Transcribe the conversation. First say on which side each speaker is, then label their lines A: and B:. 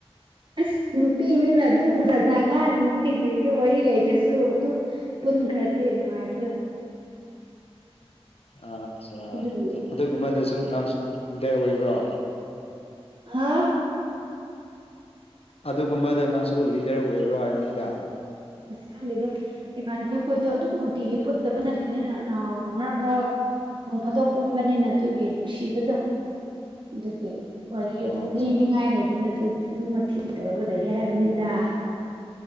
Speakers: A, on the right; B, on the left.
A: ꯑꯁ ꯅꯨꯄꯤ ꯅꯤꯅ ꯑꯗꯨꯝꯖꯖ ꯉꯥꯡ ꯅꯤꯒ ꯋꯥꯔꯤ ꯂꯩꯗ꯭ꯔꯁꯨ ꯑꯗꯨꯝ ꯄꯨꯟ ꯈꯔꯗꯤ ꯅꯨꯡꯉꯥꯏꯕꯗꯣ <unintelligible>
B: ꯑꯥꯠꯆꯥ
A: ꯑꯗꯨꯒꯤ
B: ꯑꯗꯨꯒꯨꯝꯕꯗꯁꯨ ꯅꯪꯁꯨ ꯂꯤꯗꯔ ꯑꯣꯏꯕ꯭ꯔꯣ
A: ꯍꯥꯥ
B: ꯑꯗꯨꯒꯨꯝꯕꯗ ꯅꯪꯁꯨ ꯂꯤꯗꯔ ꯑꯣꯏꯕ꯭ꯔꯣ ꯍꯥꯏꯕꯅꯤꯗ
A: ꯑꯀꯥꯟꯗꯤꯗꯣ ꯏꯃꯥꯟꯅꯕꯤꯈꯣꯏꯁꯨꯣ ꯑꯗꯨꯝ ꯅꯨꯡꯇꯤꯒꯤ ꯄꯨꯟꯗꯕ ꯅꯠꯇꯦꯅꯤꯅ ꯃꯔꯛ ꯃꯔꯛ ꯅꯣꯡ ꯐꯥꯠꯇꯣꯛ ꯄꯨꯝꯕꯅꯤꯅ ꯑꯗꯨꯒꯤ ꯅꯨꯡꯁꯤꯕꯗꯣ ꯑꯗꯨꯒꯤ ꯋꯥꯔꯤ
B: ꯑꯠꯆꯥ
A: ꯑꯗꯨꯝ ꯂꯤꯅꯤꯡꯉꯥꯏ ꯂꯩꯕꯗꯨ ꯑꯗꯨꯗꯤ ꯑꯗꯨꯝ ꯊꯤ ꯇꯧꯔꯒ ꯂꯩꯌꯦ ꯍꯥꯏꯕꯅꯤꯗ